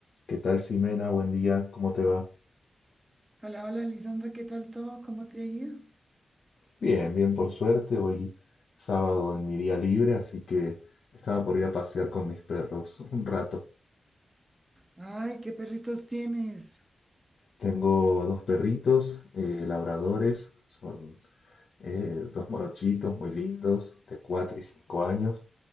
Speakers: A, on the left; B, on the right.
A: ¿Qué tal, Simena? Buen día, ¿cómo te va?
B: Hola, hola, Lisandra, ¿qué tal todo? ¿Cómo te ha ido?
A: Bien, bien, por suerte. Hoy sábado en mi día libre, así que estaba por ir a pasear con mis perros un rato.
B: Ay, ¿qué perritos tienes?
A: Tengo dos perritos eh, labradores, son eh, dos morochitos muy lindos, de 4 y 5 años.